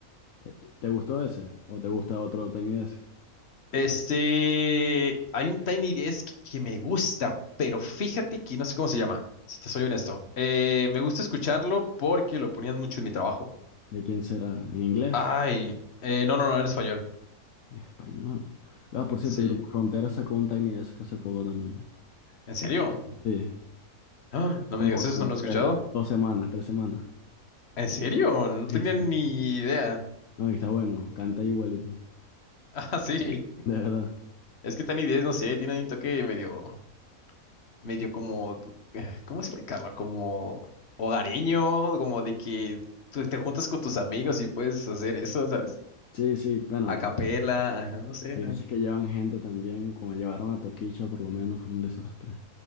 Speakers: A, on the left; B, on the left.
A: eh, ¿te gustó ese? ¿O te gusta otro Tiny Desk?
B: Este, hay un Tiny Desk que me gusta, pero fíjate que no sé cómo se llama, si te soy honesto. Eh, me gusta escucharlo porque lo ponían mucho en mi trabajo.
A: ¿De quién será? ¿En inglés?
B: Ay, eh, no, no, no, en español.
A: En español. Ah, por cierto,
B: Sí,
A: el Grupo Frontera sacó un Tiny Desk hace poco también.
B: ¿en serio? <gasps>
A: Sí,
B: Ah, no
A: como
B: me digas eso,
A: tre-
B: no lo he escuchado.
A: tres- dos semanas, tres semanas.
B: ¿En serio? No
A: Sí,
B: tenía
A: sí.
B: ni idea.
A: No, y está bueno, canta igualito,
B: <laughs> Ah, sí.
A: de verdad.
B: Es que Tiny 10, no sé, tiene un toque medio, medio como, eh, ¿cómo explicarlo? Como hogareño, como de que tú te juntas con tus amigos y puedes hacer eso, ¿sabes?
A: Sí, sí, bueno,
B: A
A: pero
B: capela, ajá, no sé,
A: hay
B: ¿no?
A: veces que llevan gente también, como llevaron a Toquicha por lo menos fue un desastre.